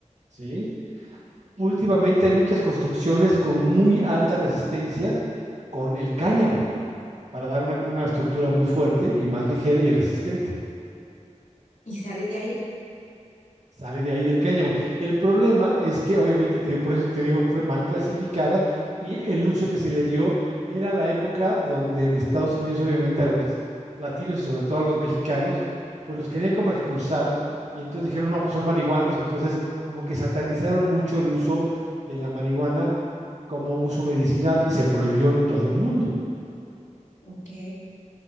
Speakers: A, on the right; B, on the left.
A: ¿sí? últimamente hay muchas construcciones con muy alta resistencia con el cáñamo para dar una, una estructura muy fuerte y más ligera y resistente.
B: Y sale de ahí.
A: Sale de ahí del cáñamo. El problema es que obviamente, te, digo- por eso te digo, fue mal clasificada y el uso que se le dio era la época donde en Estados Unidos obviamente a los latinos y sobre todo a los mexicanos, pues los querían como expulsar y entonces dijeron, no, pues son marihuanos y entonces como que satanizaron mucho el uso de la marihuana como un uso medicinal y se prohibió en todo el mundo.
B: Ok,